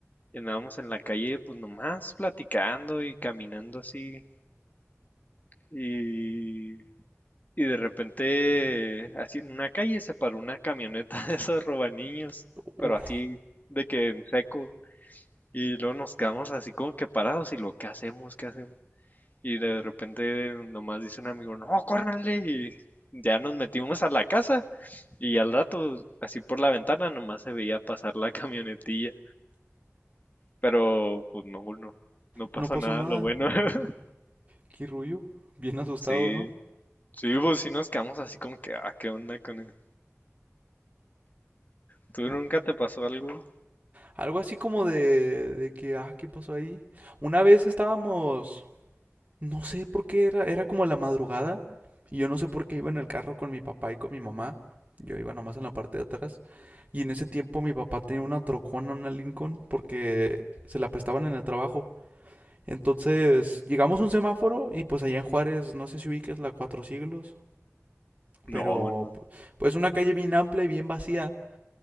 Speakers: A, on the left; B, on the right.
A: y andábamos en la calle pues nomás platicando y caminando así. Y Y de repente, así en una calle se paró una camioneta <laughs> de esos robaniños,
B: Uf,
A: pero así de que en seco. Y luego nos quedamos así como que parados y lo, ¿qué hacemos? ¿Qué hacemos? Y de repente nomás dice un amigo, no, córranle. Y ya nos metimos a la casa y al rato, así por la ventana, nomás se veía pasar la <laughs> camionetilla. Pero pues no, no, no pasó
B: no pasó
A: nada,
B: nada.
A: lo bueno. <laughs>
B: Qué rullo. Bien asustados,
A: Sí,
B: ¿no?
A: sí, pues sí nos quedamos así como que, ah, ¿qué onda con él? ¿Tú
B: No.
A: nunca te pasó algo?
B: Algo así como de, de que, ah, ¿qué pasó ahí? Una vez estábamos, No sé por qué era, era como la madrugada y yo no sé por qué iba en el carro con mi papá y con mi mamá. Yo iba nomás en la parte de atrás y en ese tiempo mi papá tenía una trocona, una Lincoln, porque se la prestaban en el trabajo. Entonces llegamos a un semáforo y pues allá en Juárez, no sé si ubiques la Cuatro Siglos,
A: No,
B: pero
A: no.
B: pu- pues una calle bien amplia y bien vacía.